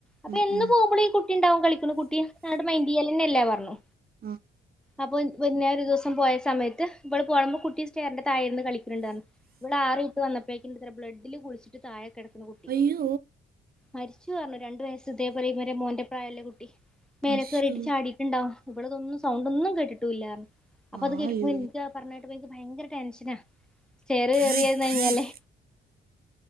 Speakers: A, in the centre; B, on the right.
A: അപ്പൊ
B: ഉം
A: എന്ന്
B: ഉം
A: പോവുമ്പളൂ ഈ കുട്ടി ണ്ടാവും കളിക്ക്ണ് കുട്ടി ന്നങ്ങട്ട് മൈന്റെയ്യലെന്നെല്ലാ പർഞ്
B: ആ
A: അപ്പൊ പിന്നെ ഒരു ദിവസം പോയ സമയത്ത് വൾ പോണമ്പോ കുട്ടി സ്റ്റയറിന്റെ താഴെര്ന്ന് കളിക്ക്‌ണ് ണ്ടർഞ് വൾ ആറിട്ട് വന്നപ് <unintelligible> ബ്ലഡില് കുളിച്ചിട്ട് താഴെ കെടക്കുന്ന കുട്ടി.
B: അയ്യോ!
A: മരിച്ചു പറഞ്ഞു രണ്ടു വയസ്സ് ഇതേപോലെ ഇവരെ മോന്റെ പ്രായള്ള കുട്ടി. മേലെ
B: അശ്ശോ!
A: കയറീട്ട് ചാടീട്ടിണ്ടാവും. ഇവള്തൊന്നും സൗണ്ടൊന്നും കേട്ടിട്ടൂല്ലാ. അപ്പോ
B: ആയോ!
A: അത് കേട്ടപ്പോ ഇനിക്കാ പറേഞ്ഞട്ടപ്പോ ഇനിക്ക് ഭയങ്കര ടെൻഷനാ. സ്റ്റെയറ്
B: ആ എന്താ <unintelligible>
A: കേറി ഇരുന്ന് കഴിഞ്ഞാലേ